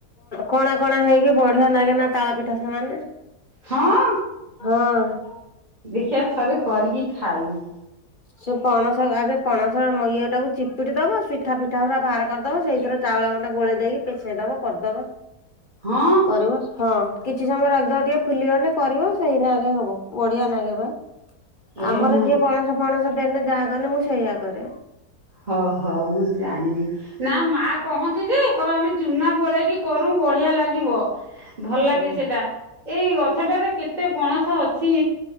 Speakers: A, on the left; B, on the right.
A: କଣା କଣା ହେଇକି ବଢିଆ ଲାଗେ ନା ତାଳ ପିଠା ସମାନେ। <inaudible>
B: ହଁ
A: ହଁ। ଆଜ୍ଞା <unintelligible>
B: ଦେଖିବା ଥରେ କରିକି ଖାଇମି?
A: ସେ ପଣସ ଆଗେ ପଣସ ଇଏଟାକୁ ଚିପିଟି ଦବ। ସିଠା ଫିଠା ପୁରା ବାହାର କରିଦବ। ସେଇଥିରେ ଚାଉଳ ଗଣ୍ଡେ ଗୋଳେଇ ଦେଇକି ପେସେଇ ଦବ କରିଦବ। <inaudible>
B: ହଁ
A: କରିବ ହଁ। କିଛି ସମୟରେ ରଖିଦବ ଟିକେ ଫୁଲିବନି କରିବ। ସେଇନାଗେ ହବ ବଢିଆ ଲାଗେ ବା।
B: ଏ
A: ଆମର
B: ମା
A: ଯିଏ ପଣସ ପଣସ ଦେନେ ଯହାକାନେ ମୁଁ ସେଇଆ କରେ।
B: ହଁ ହଉ ମୁଁ ଜାଣିନି। ନା ମା କହନ୍ତିଯେ କହିବେ ଆମେଚୁନା ଗୋଳେଇକି କରୁ ବଢିଆ ଲାଗ ଭଲଲାଗେ
A: ହୁଁ
B: ସେଟା ଏଇ ଗଛଟାରେ କେତେ ପଣସ ଅଛି।